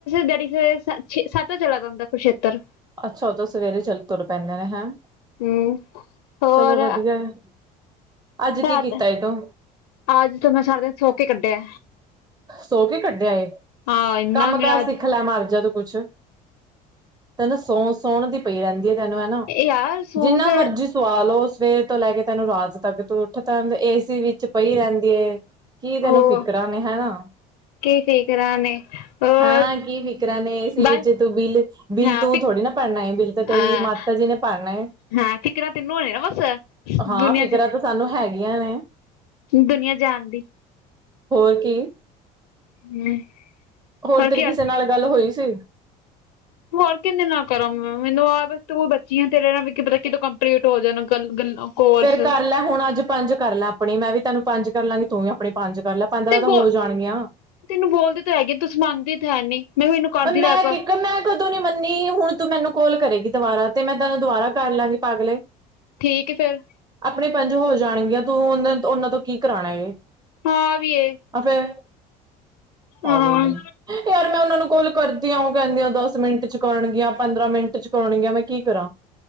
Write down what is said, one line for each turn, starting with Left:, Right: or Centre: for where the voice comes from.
Left: ਡੈਡੀ ਸਵੇਛੇ ਸੱਤ ਚਲਾਦਾ ਹੁੰਦਾ ਕੁਸ਼ਛੇਤਰ।
Right: ਅੱਛਾ ਉਹ ਤੋਂ ਸਵੇਰੇ ਜਲ ਤੁਰ ਪੈਂਦੇ ਨੇ ਹੈਂ।
Left: ਹੂੰ ਹੋਰ
Right: ਚਲੋ ਵਧੀਆ ਹੈ ਅੱਜ ਕੀ
Left: ਅੱਜ
Right: ਕੀਤਾ ਏ ਤੂੰ
Left: ਤਾਂ ਮੈਂ ਸਾਰਾ ਦਿਨ ਸੋ ਕੇ ਕੱਢਿਆ
Right: ਸੋ ਕੇ ਕੱਢਿਆ
Left: ਹਾਂ ਇੰਨਾ
Right: ਕੰਮ
Left: ਮੇਰਾ
Right: ਕਾਜ
Left: ਅੱਜ
Right: ਸਿੱਖ ਲੈ ਮਾਰਜਾ ਤੂੰ ਕੁੱਛ ਤੈਨੂੰ ਸੌਣ-ਸੌਣ ਦੀ ਪਈ ਰਹਿੰਦੀ ਹੈ ਤੈਨੂੰ ਹੈਨਾ
Left: ਯਾਰ ਸੌਣ
Right: ਜਿੰਨਾ
Left: ਚ
Right: ਮਰਜੀ ਸੁਆ ਲਉ ਸਵੇਰ ਤੋਂ ਲੈ ਕੇ ਤੈਨੂੰ ਰਾਤ ਤੱਕ ਤੂੰ ਉੱਠ ਤਾਂ ਏ ਸੀ ਵਿੱਚ ਪਈ ਰਹਿੰਦੀ ਏ। ਕੀ ਤੈਨੂੰ
Left: ਉਹ
Right: ਫਿਕਰਾਂ ਨੇ ਹਨਾ।
Left: ਕੀ ਫਿਕਰਾਂ ਨੇ ਹੋਰ
Right: ਹਾਂ ਕੀ ਫਿਕਰਾਂ ਨੇ ਏਸੀ
Left: ਬਸ
Right: ਵਿੱਚ ਤੂੰ ਬਿੱਲ। ਬਿੱਲ
Left: ਹਾਂ
Right: ਤੂੰ
Left: ਫਿਕ
Right: ਥੋੜੀ ਨਾ ਭਰਨਾ ਬਿੱਲ ਤਾਂ
Left: ਅ
Right: ਤੇਰੀ ਮਾਤਾ ਜੀ ਨੇ ਭਰਨਾ।
Left: ਹਾਂ ਫਿਕਰਾਂ ਤੈਨੂੰ ਆ ਬਸ
Right: ਹਾਂ
Left: ਦੁਨੀਆਂ
Right: ਫਿਕਰਾਂ
Left: ਚ।
Right: ਤਾਂ ਸਾਨੂੰ ਹੈਗੀਆਂ ਨੇ
Left: ਦੁਨੀਆਂ ਜਹਾਨ ਦੀ।
Right: ਹੋਰ ਕੀ।
Left: <inaudible>
Right: ਹੋਰ ਤੇਰੀ
Left: ਕੀ ਹਾਲ
Right: ਕਿਸੇ ਨਾਲ ਗੱਲ ਹੋਈ ਸੀ?
Left: ਹੋਰ ਕਿਨਦੇ ਨਾ ਕਰਾਂ ਮੈਂ ਮੈਨੂੰ ਆਪ ਤੂੰ ਬੱਚੀ ਐ ਤੇਰੇ ਨਾਲ ਵੀ ਪਤਾ ਕਿਦੋਂ ਕੰਪਲੀਟ ਹੋ ਜਾਣਾ ਗੱਲ ਗੱਲਾਂ। ਕੋਲਸ
Right: ਫੇਰ ਕਰ ਲੈ ਹੁਣ ਅੱਜ ਪੰਜ ਕਰ ਲੈ ਆਪਣੀ ਮੈਂ ਵੀ ਤੈਨੂੰ ਪੰਜ ਕਰ ਲਾਂਗੀ ਤੂੰ ਵੀ ਆਪਣੇ ਪੰਜ ਕਰ ਲੈ। ਪੰਦਰਾਂ
Left: ਤੇ
Right: ਤਾਂ
Left: ਬੋ
Right: ਹੋ ਜਾਣਗੀਆਂ।
Left: ਤੈਨੂੰ ਬੋਲਦੀ ਤਾਂ ਹੈਗੇ ਤੁਸੀਂ ਮੰਨਦੀ ਤਾਂ ਹੈ ਨੀ। ਮੈਂ ਮੈਨੂੰ ਕਰਦੀ
Right: ਮੈਂ
Left: ਰਹਿ ਕਰ
Right: ਕਿ ਅਗਰ ਮੈਂ ਕਦੋਂ ਨੀ ਮੰਨੀ ਹੁਣ ਤੂੰ ਮੈਨੂੰ ਕਾਲ ਕਰੇਗੀ ਦੁਬਾਰਾ ਤੇ ਮੈਂ ਤੈਨੂੰ ਦੁਬਾਰਾ ਕਰ ਲਾਂਗੀ ਪਾਗਲੇ।
Left: ਠੀਕ ਫਿਰ।
Right: ਆਪਣੇ ਪੰਜ ਹੋ ਜਾਣਗੀਆਂ ਤੂੰ ਉਹ ਉਹਨਾਂ ਤੋਂ ਕੀ ਕਰਾਉਣਾ ਹੈ।
Left: ਹਾਂ ਆ ਵੀਏ
Right: ਆ ਫਿਰ ਪਾਗਲ
Left: ਹਾਂ
Right: ਜੀ ਕੀ ਯਾਰ ਮੈਂ ਉਹਨਾਂ ਨੂੰ। ਕੋਲ ਕਰਦੀਆਂ ਉਹ ਕਹਿੰਦੀਆਂ ਦੱਸ ਮਿੰਟ ਚ ਕਰਨਗੀਆਂ ਪੰਦਰਾਂ ਮਿੰਟ ਚ ਕਰਣਗੀਆਂ ਮੈਂ ਕੀ ਕਰਾਂ।